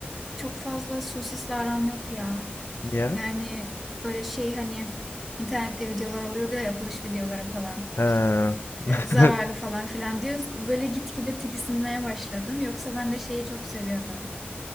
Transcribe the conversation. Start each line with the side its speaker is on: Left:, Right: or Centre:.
Centre: çok fazla sosisli aram yok ya.
Left: Niye?
Centre: Yani böyle şey hani internette videolar oluyordu ya yapılış videoları falan.
Left: He. <laughs>
Centre: Ee, zararlı falan filan diyoruz. Böyle gitgide tiksinmeye başladım. Yoksa ben de şeyi çok seviyordum.